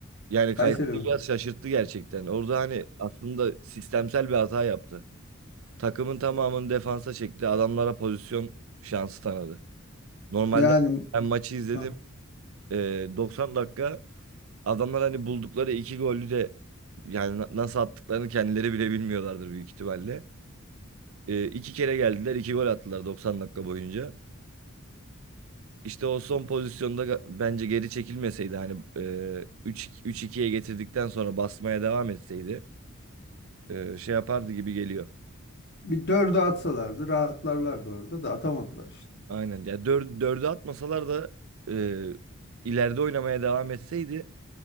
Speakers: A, on the right; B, on the left.
A: Yani
B: Kayseri
A: Kayseri
B: mi?
A: biraz şaşırttı gerçekten. Orada hani aslında sistemsel bir hata yaptı. Takımın tamamını defansa çekti. Adamlara pozisyon şansı tanıdı. Normalde
B: Yani
A: ben maçı izledim.
B: ah,
A: Ee, 90 dakika adamlar hani buldukları iki golü de yani na- nasıl attıklarını kendileri bile bilmiyorlardır büyük ihtimalle. Ee, iki kere geldiler, iki gol attılar 90 dakika boyunca. İşte o son pozisyonda ga- bence geri çekilmeseydi hani e, 3 3-2'ye getirdikten sonra basmaya devam etseydi e, şey yapardı gibi geliyor.
B: bir dördü atsalardı rahatlarlardı orada da atamadılar işte.
A: Aynen. Ya dör, dördü atmasalar da e, ileride oynamaya devam etseydi,